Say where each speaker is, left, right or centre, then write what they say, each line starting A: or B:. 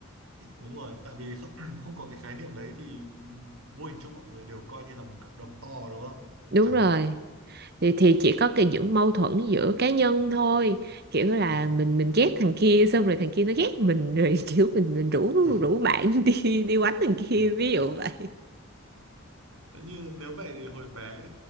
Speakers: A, on the right; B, on the right.
A: đúng rồi tại vì không, <clears throat> không có cái khái niệm đấy thì vô hình chung mọi người đều coi như là một cặp đồng to đúng không
B: đúng
A: chẳng
B: rồi
A: hạn
B: thì thì chỉ có cái những
A: Ừ.
B: mâu thuẫn giữa cá nhân thôi kiểu là
A: Ờ,
B: mình mình ghét thằng kia xong rồi thằng kia nó ghét mình rồi <laughs> kiểu mình mình rủ
A: <laughs>
B: rủ bạn <laughs> đi đi quánh thằng kia
A: đúng.
B: ví dụ vậy
A: Thế như nếu vậy thì hồi bé